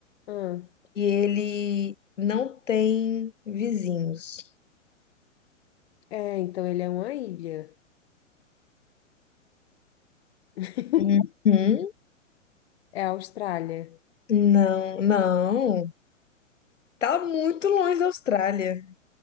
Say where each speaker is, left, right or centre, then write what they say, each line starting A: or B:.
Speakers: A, on the left; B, on the left.
A: Ah,
B: que ele não tem vizinhos.
A: é, então ele é uma ilha. <laughs>
B: Uhum.
A: É a Austrália.
B: Não, não. Tá muito longe da Austrália.